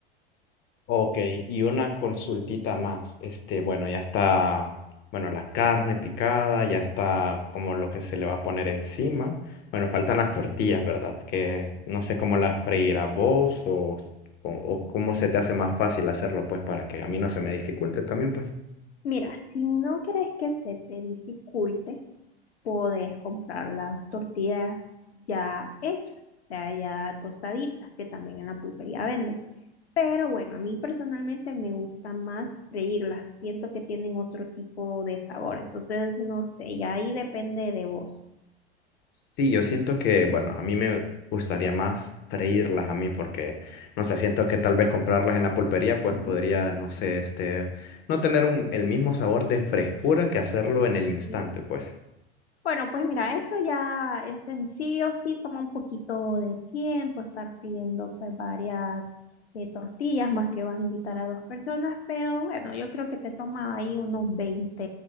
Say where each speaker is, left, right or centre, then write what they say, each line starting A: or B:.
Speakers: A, on the left; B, on the left.
A: Ok, y una consultita más. Este, bueno, ya está, bueno, la carne picada, ya está como lo que se le va a poner encima. Bueno, faltan las tortillas, ¿verdad? Que no sé cómo las freirás vos o, o, o cómo se te hace más fácil hacerlo, pues, para que a mí no se me dificulte también, pues.
B: Mira, si no quieres que se te dificulte, podés comprar las tortillas ya hechas, o sea, ya tostaditas, que también en la pulpería venden. Pero bueno, a mí personalmente me gusta más freírlas. Siento que tienen otro tipo de sabor. Entonces, no sé, ya ahí depende de vos.
A: Sí, yo siento que, bueno, a mí me gustaría más freírlas a mí porque, no sé, siento que tal vez comprarlas en la pulpería,
B: Ujú.
A: pues podría, no sé, este, no tener un- el mismo sabor de frescura que hacerlo en el instante,
B: ¿sí?
A: pues.
B: Bueno, pues mira, esto ya es en sí o sí toma un poquito de tiempo estar friendo pues varias eh, tortillas, más que vas a invitar a dos personas, pero bueno, yo creo que te toma ahí unos veinte